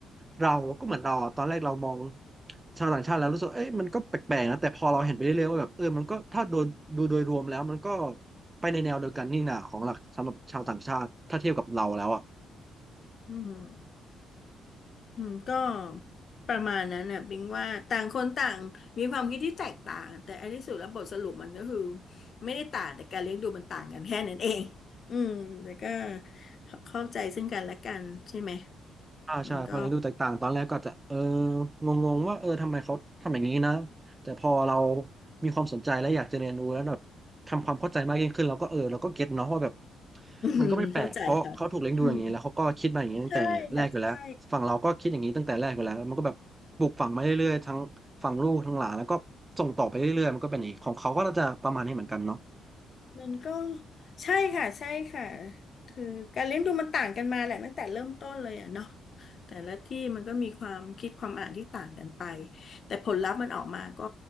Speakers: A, on the right (about 20°); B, on the left (about 50°).
A: เราก็เหมือนเราอะตอนแรกเรามองชาวต่างชาติแล้วรู้สึกเอ้ยมันก็แปลกๆนะแต่พอเราเห็นไปเรื่อยๆว่าแบบเออมันก็ถ้าโดยดูโดยรวมแล้วมันก็ ไปในแนวเดียวกันนี่นะของหลักสำหรับชาวต่างชาติถ้าเทียบกับเราแล้วอ่ะ
B: อืมอืมก็ประมาณนั้นน่ะบิงว่าต่างคนต่างมีความคิดที่แตกต่าง แต่อันที่สุดแล้วบทสรุปมันก็คือไม่ได้ต่างแต่การเลี้ยงดูมันต่างกันแค่นั้นเอง <laughs> อืม แต่ก็เข้าใจซึ่งกันและกันใช่ไหม
A: อ่าใช่พอเรียนดูแตกต่างตอนแรกก็อาจจะเออ
B: มันก็
A: งงๆว่าเออทำไมเขาทำอย่างนี้นะแต่พอเรามีความสนใจและอยากจะเรียนรู้แล้วแบบทำความเข้าใจมากยิ่งขึ้นเราก็เออเราก็เก็ตเนาะว่าแบบ
B: <laughs> อืมเข้าใจค่ะอืม
A: มันก็ไม่แปลกเพราะเขาถูกเลี้ยงดูอย่างนี้แล้วเขาก็คิดมาอย่างนี้ตั้งแต่แรกอยู่แล้วฝั่งเราก็คิดอย่างนี้ตั้งแต่แรกอยู่แล้วมันก็แบบปลูกฝังมาเรื่อยๆทั้งฝั่งลูกทั้งหลานแล้วก็ส่งต่อไปเรื่อยๆมันก็เป็นอย่างนี้ของเขาก็น่าจะประมาณนี้เหมือนกันเนาะ
B: ใช่ค่ะใช่ มันก็ใช่ค่ะใช่ค่ะคือการเลี้ยงดูมันต่างกันมาแหละตั้งแต่เริ่มต้นเลยอ่ะเนาะแต่ละที่มันก็มีความคิดความอ่านที่ต่างกันไปแต่ผลลัพธ์มันออกมาก็